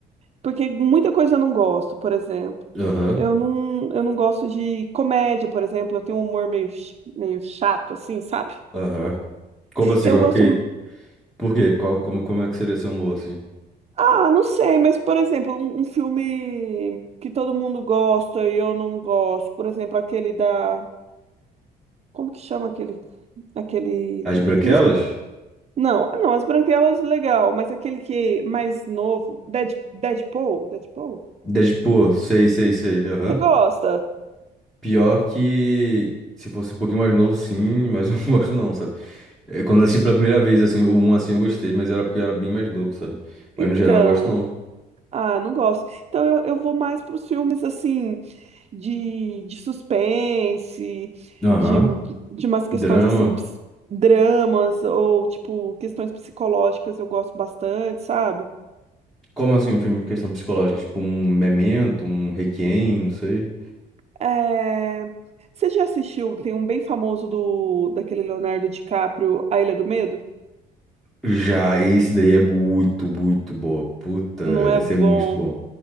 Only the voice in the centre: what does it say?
Aham,
aham. Como assim,
qual
que, por quê? Qual, como, como é que seria seu humor, assim?
As branquelas?
Deadpool, sei, sei, sei. Aham.
Pior que. Se fosse um pouquinho mais novo, sim, mas <laughs> eu não gosto não, sabe? É, Quando eu assisti pela primeira vez, assim, o 1 assim eu gostei, mas era porque eu era bem mais novo, sabe?
Mas no geral eu não gosto não.
Aham.
Drama.
Como assim um filme de questão psicológica? Tipo um Memento, um Requiem, não sei.
Já esse daí é muito, muito bom. Puta,
esse
é muito bom.